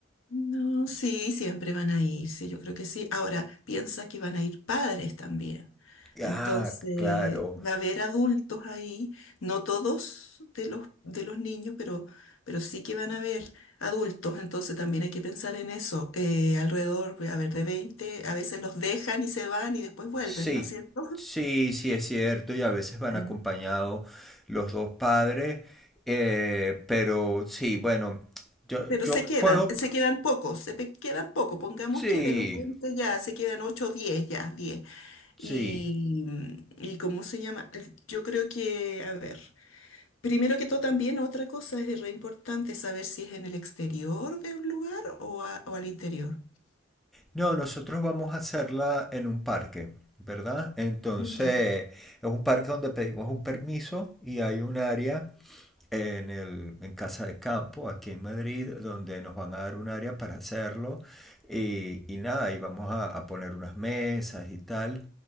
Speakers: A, on the left (about 85°); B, in the centre.
A: No, sí, siempre van a ir, sí, yo creo que sí. Ahora, piensa que van a ir padres también. Entonces,
B: Ah, claro.
A: va a haber adultos ahí, no todos de los, de los niños, pero, pero sí que van a haber adultos, entonces también hay que pensar en eso. Eh, alrededor, a ver, de 20 a veces los dejan y se van y después vuelven,
B: Sí,
A: ¿no es cierto?
B: sí, sí es cierto y a veces van
A: <laughs>
B: acompañados los dos padres, eh, pero sí, bueno, yo,
A: Pero
B: yo
A: se quedan,
B: puedo...
A: se quedan pocos, se pe- quedan pocos. Pongamos
B: Sí,
A: que de los 20 ya se quedan 8 o 10, ya diez
B: sí.
A: Y, y ¿cómo se llama? Eh, Yo creo que, a ver, primero que todo también otra cosa es re importante saber si es en el exterior de un lugar o, a- o al interior.
B: No, nosotros vamos a hacerla en un parque, ¿verdad? Entonces,
A: Ya.
B: es un parque donde pedimos un permiso y hay un área en, el, en Casa de Campo, aquí en Madrid, donde nos van a dar un área para hacerlo. Y, y nada, y vamos a, a poner unas mesas y tal.